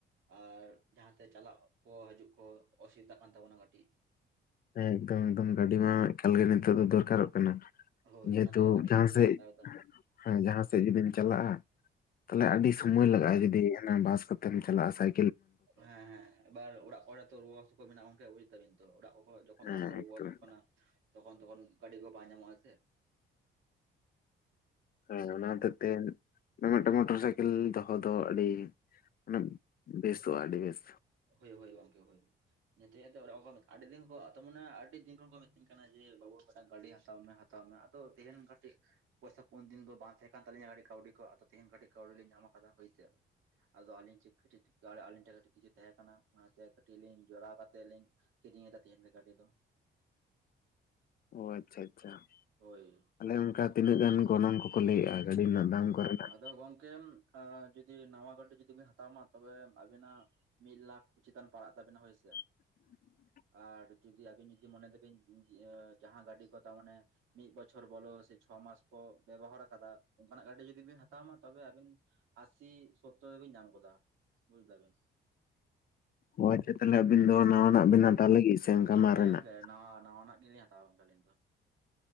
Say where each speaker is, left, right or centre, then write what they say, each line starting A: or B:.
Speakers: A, on the right; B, on the left.
A: ᱟᱨ ᱡᱟᱦᱟᱸ ᱛᱮ ᱪᱟᱞᱟᱜ ᱠᱚ ᱦᱤᱡᱩᱜ ᱠᱚ ᱚᱥᱩᱵᱤᱫᱟᱜ ᱠᱟᱱ ᱛᱟᱵᱚᱱᱟ ᱠᱟᱹᱴᱤᱡ
B: ᱦᱮᱸ ᱮᱠᱫᱚᱢ ᱮᱠᱫᱚᱢ ᱜᱟᱹᱰᱤ ᱢᱟ ᱮᱠᱟᱞ ᱜᱮ ᱱᱤᱛᱚᱜ ᱫᱚ ᱫᱚᱨᱠᱟᱨᱚᱜ ᱠᱟᱱᱟ
A: ᱦᱳᱭ
B: ᱡᱮᱦᱮᱛᱩ
A: ᱚᱱᱟᱛᱮ ᱠᱟᱹᱴᱤᱡ
B: ᱡᱟᱦᱟᱸ
A: ᱜᱟᱹᱰᱤ ᱞᱤᱧ
B: ᱥᱮᱫ
A: ᱦᱟᱛᱟᱣ ᱮᱫᱟ
B: ᱦᱮᱸ ᱡᱟᱦᱟᱸ ᱥᱮᱫ ᱡᱩᱫᱤᱢ ᱪᱟᱞᱟᱜᱼᱟ ᱛᱟᱦᱚᱞᱮ ᱟᱹᱰᱤ ᱥᱚᱢᱚᱭ ᱞᱟᱜᱟᱜᱼᱟ ᱡᱩᱫᱤ ᱦᱟᱱᱮ ᱵᱟᱥ ᱠᱚᱛᱮ ᱛᱮᱢ ᱪᱟᱞᱟᱜᱼᱟ ᱥᱟᱭ
A: ᱦᱮᱸ ᱦᱮᱸ ᱮᱵᱟᱨ ᱚᱲᱟᱜ ᱠᱚᱨᱮ ᱛᱚ ᱨᱩᱣᱟᱹ ᱦᱟᱹᱥᱩ ᱠᱚ ᱢᱮᱱᱟᱜ-ᱟ ᱜᱚᱝᱠᱮ ᱵᱩᱡ ᱫᱟᱵᱤᱱ ᱛᱚ ᱚᱲᱟᱜ ᱠᱚ ᱠᱚ ᱡᱚᱠᱷᱚᱱ
B: ᱦᱮᱸ
A: ᱛᱚᱠᱷᱚᱱ ᱠᱚ ᱨᱩᱣᱟᱹ
B: ᱮᱠᱫᱚᱢ
A: ᱦᱟᱹᱥᱩᱜ ᱠᱟᱱᱟ ᱛᱚᱠᱷᱚᱱ ᱛᱚᱠᱷᱚᱱ ᱜᱟᱹᱰᱤ ᱠᱚ ᱵᱟᱝ ᱧᱟᱢᱚᱜ-ᱟ ᱥᱮ
B: ᱦᱮᱸ ᱚᱱᱟ ᱦᱚᱛᱮ ᱛᱮ ᱢᱤᱫᱴᱟᱝ ᱢᱚᱴᱚᱨ ᱥᱟᱭᱠᱮᱞ ᱫᱚᱦᱚ ᱫᱚ ᱟᱹᱰᱤ ᱢᱟᱱᱮ ᱵᱮᱥᱚᱜ-ᱟ ᱟᱹᱰᱤ ᱵᱮᱥ
A: ᱦᱳᱭ ᱦᱳᱭ ᱜᱚᱢᱠᱮ ᱦᱳᱭ ᱤᱱᱟᱹ ᱛᱮᱜᱮ‌ ᱛᱚ ᱚᱲᱟᱜ ᱠᱚ ᱠᱚ ᱟᱹᱰᱤ ᱫᱤᱱ ᱠᱚᱜ ᱛᱟ ᱢᱟᱱᱮ ᱟᱹᱰᱤ ᱫᱤᱱ ᱠᱷᱚᱱ ᱠᱚ ᱢᱤᱛᱟᱹᱧ ᱠᱟᱱᱟ ᱡᱮ ᱵᱟᱹᱵᱩ ᱢᱤᱫᱴᱟᱝ ᱜᱟᱹᱰᱤ ᱦᱟᱛᱟᱣ ᱢᱮ ᱛᱟᱣ ᱢᱮ ᱟᱫᱚ ᱛᱟᱦᱮᱱ ᱠᱟᱹᱴᱤᱡ ᱯᱚᱭᱥᱟ ᱠᱚ ᱩᱱ ᱫᱤᱱ ᱫᱚ ᱵᱟᱝ ᱛᱟᱦᱮᱸ ᱠᱟᱱ ᱛᱟᱹᱞᱤᱧᱟ ᱠᱟᱹᱴᱤᱡ ᱠᱟᱹᱣᱰᱤ ᱠᱚ ᱟᱫᱚ ᱛᱮᱦᱮᱧ ᱠᱟᱹᱴᱤᱡ ᱠᱟᱹᱣᱰᱤ ᱞᱤᱧ ᱧᱟᱢ ᱟᱠᱟᱫᱟ ᱦᱳᱭ ᱥᱮ ᱟᱫᱚ ᱟᱹᱞᱤᱧ ᱪᱤᱠ ᱠᱟᱹᱴᱤᱡ ᱠᱤᱪᱷᱩ ᱛᱟᱦᱮᱠᱟᱱᱟ ᱠᱟᱱᱟ ᱚᱱᱟᱛᱮ ᱠᱟᱹᱴᱤᱡ ᱞᱤᱧ ᱡᱚᱲᱟᱣ ᱠᱟᱛᱮ ᱞᱤᱧ ᱠᱤᱨᱤᱧ ᱮᱫᱟ ᱛᱮᱦᱮᱧ ᱜᱮ ᱜᱟᱹᱰᱤ ᱫᱚ
B: ᱚ ᱟᱪᱪᱷᱟ ᱟᱪᱪᱷᱟ
A: ᱦᱳᱭ
B: ᱟᱞᱮ ᱚᱱᱠᱟ ᱛᱤᱱᱟᱹᱜ ᱜᱟᱱ ᱜᱚᱱᱚᱝ ᱠᱚᱠᱚ ᱞᱟᱹᱭᱮᱜ-ᱟ ᱜᱟᱹᱰᱤ ᱨᱮᱱᱟᱜ ᱫᱟᱢ ᱠᱚ ᱨᱮᱱᱟᱜ
A: ᱛᱚ ᱜᱚᱝᱠᱮᱢ ᱡᱩᱫᱤ ᱱᱟᱣᱟ ᱜᱟᱹᱰᱤ ᱡᱩᱫᱤ ᱵᱤᱱ ᱦᱟᱛᱣᱢᱟ ᱛᱚᱵᱮ ᱟᱵᱤᱱᱟᱜ ᱢᱤᱫ ᱞᱟᱠᱷ ᱪᱮᱛᱟᱱ ᱯᱟᱲᱟᱜ ᱛᱟᱵᱮᱱᱟ ᱦᱳᱭ ᱥᱮ
B: <inaudible>
A: ᱟᱨ ᱡᱩᱫᱤ ᱟᱵᱤᱱ ᱡᱩᱫᱤ ᱢᱚᱱᱮ ᱫᱟᱵᱤᱱ ᱡᱟᱦᱟᱸ ᱜᱟᱹᱰᱤ ᱠᱚ ᱛᱟᱢᱟᱱᱮ ᱢᱤᱫ ᱵᱚᱪᱷᱚᱨ ᱵᱚᱞᱚ ᱥᱮ ᱪᱷᱚ ᱢᱟᱥ ᱠᱚ ᱵᱮᱵᱚᱦᱟᱨ ᱠᱟᱫᱟ ᱠᱟᱱᱟᱜ ᱜᱟᱹᱰᱤ ᱡᱩᱫᱤ ᱵᱤᱱ ᱦᱟᱛᱣᱟ ᱢᱟ ᱛᱚᱵᱮ ᱟᱹᱵᱤᱱ ᱟᱥᱤ ᱥᱳᱛᱛᱚᱨ ᱨᱮᱵᱤᱱ ᱧᱟᱢ ᱜᱚᱫᱟ ᱵᱩᱡ ᱫᱟᱵᱤᱱ
B: ᱚ ᱟᱪᱪᱷᱟ ᱛᱟᱦᱚᱞᱮ ᱟᱵᱤᱱ ᱫᱚ ᱱᱟᱣᱟᱱᱟᱜ ᱵᱤᱱ ᱦᱟᱛᱟᱣ ᱞᱟᱹᱜᱤᱫ ᱥᱮ ᱚᱱᱠᱟ ᱢᱟᱨᱮᱱᱟᱜ
A: ᱦᱮᱸ ᱜᱚᱝᱠᱮ ᱱᱟᱣᱟ ᱱᱟᱣᱟᱱᱟᱜ ᱜᱮᱞᱤᱧ ᱦᱟᱛᱟᱣᱟ ᱜᱚᱝᱠᱮ ᱟᱹᱞᱤᱧ ᱫᱚ